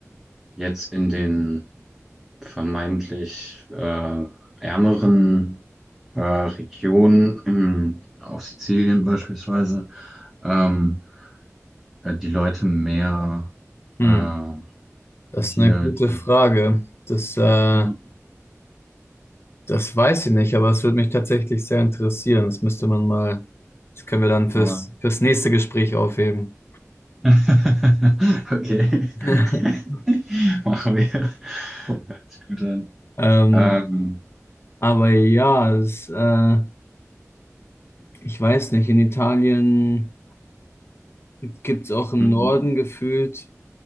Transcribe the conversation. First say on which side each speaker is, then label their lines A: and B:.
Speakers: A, in the centre; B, on the left.
A: jetzt in den vermeintlich äh, ärmeren äh, Regionen, in, auf Sizilien beispielsweise, ähm, äh, die Leute mehr
B: Hm.
A: äh,
B: Das
A: hier
B: ist eine gute
A: die.
B: Frage. Das, äh,
A: Ja,
B: Das weiß ich nicht, aber es würde mich tatsächlich sehr interessieren. Das müsste man mal, das können wir dann fürs,
A: aber-
B: fürs nächste Gespräch aufheben.
A: <laughs> Okay, <laughs>
B: <laughs>
A: machen wir. Hört sich gut an.
B: Ähm,
A: Ähm,
B: aber ja, es, äh, ich weiß nicht, in Italien gibt es auch im
A: mhm.
B: Norden gefühlt,